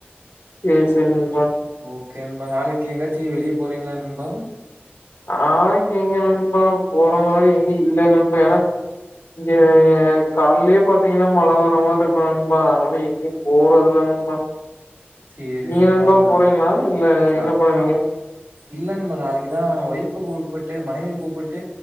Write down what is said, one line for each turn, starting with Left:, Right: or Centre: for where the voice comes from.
Left: சேர் சேரி நண்பா
Right: ஓகே நண்பா நாளைக்கு எங்காச்சி வெளியே போறீங்ளா நண்பா
Left: நாளைக்கு எங்க நண்பா போற மாரி எங்கயு இல்ல நண்பா ஏனா இங்க காலைலயே பாத்தீங்கன்னா மழ வர மாரி இருக்கு நண்பா அதனால எங்கயு போறதில்ல நண்பா
Right: சேரி
Left: நீங்க
Right: நண்பா நா
Left: போறீங்களா இல்ல
Right: அ
Left: என்ன பண்ணுவீங்க
Right: அ இல்ல நண்பா நாளைக்குதா ஒய்ஃப் கூப்புட்டு மனைவி கூப்புட்டு